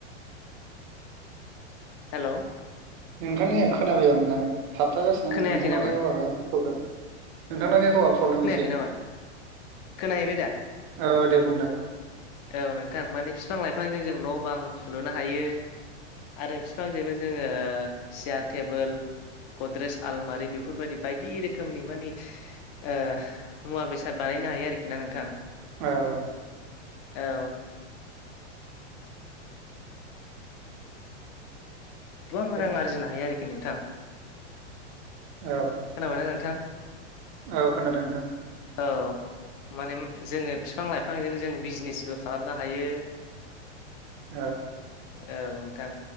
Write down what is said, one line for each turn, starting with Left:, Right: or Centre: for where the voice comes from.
Left: हेल'
Right: नोंथांनिया खोनाफैया मोजाङै थाबथागासिनो
Left: खोनायाखै
Right: नोंथांनाव
Left: नामा
Right: नेट वार्कआ एसे प्रब्लेम नोंथांनाव नेटवार्क प्रब्लेम
Left: खोनायाखै
Right: एसे
Left: नामा खोनाहैबाय दा
Right: औ दे बुंलाय
Left: औ नोंथां माने बिफां-लाइफांजों जों न' बां लुनो हायो। आरो बिफांजोंनो जोङो सियार, टेबोल गद्रेज आलमारि बेफोरबायदि बायदि रोखोमनि माने उह मुवा बेसाद बानाय बानायनो हायो आरोखि ना नोंथां।
Right: औ औ
Left: औ गोबां
Right: औ
Left: रां आरजिनो हायो आरोखि नोंथां
Right: औ
Left: खोनाबायना नोंथां।
Right: औ खोनादों नोंथां।
Left: औ। माने जोङो बिफां-लाइफांजोंनो जोङो बिजनेसबो खालामनो हायो।
Right: औ
Left: औ नोंथां